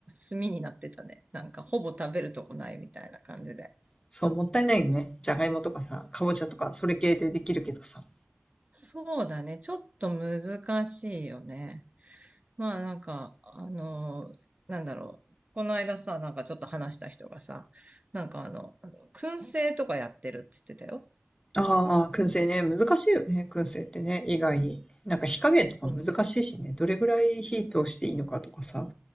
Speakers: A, on the right; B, on the left.
A: 炭になってたね。なんかほぼ食べるとこないみたいな感じで。
B: そう、もったいないよね。じゃがいもとかさ、かぼちゃとか、それ系でできるけどさ。
A: そうだね。ちょっと難しいよね。まあなんか、あのーなんだろう。この間さ、なんかちょっと話した人がさ、なんかあの、あの燻製とかやってるっつってたよ。
B: ああ、燻製ね。難しいよね。燻製ってね。意外に。なんか火加減とか難しいしね。
A: そ
B: どれぐらい火通していいのかとかさ。